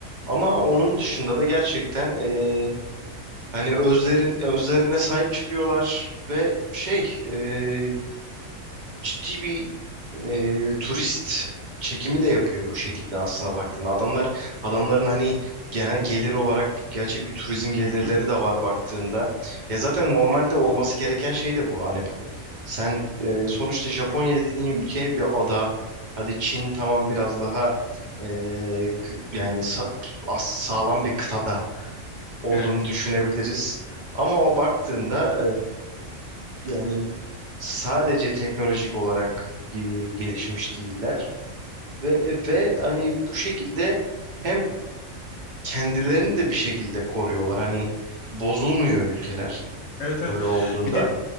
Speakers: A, on the right; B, on the left.
A: Ama onun dışında da gerçekten e, hani özlerin özlerine sahip çıkıyorlar ve şey e, ciddi bir e, turist çekimi de yapıyor bu şekilde aslına baktığında. Adamlar adamların hani genel gelir olarak gerçek bir turizm gelirleri
B: Hı hı.
A: de var baktığında. Ya zaten normalde olması gereken şey de bu. Hani bu- sen e, sonuçta Japonya dediğin ülke bir ada. Hadi Çin tamam biraz daha e, kı- yani sa- as- sağlam bir kıtada olduğunu
B: Evet.
A: düşünebiliriz. Ama o baktığında e, yani sadece teknolojik olarak e, gelişmiş değiller ve e, ve hani bu şekilde hem kendilerini de bir şekilde koruyorlar. Hani bozulmuyor ülkeler
B: Evet evet.
A: böyle olduğunda.
B: Bir de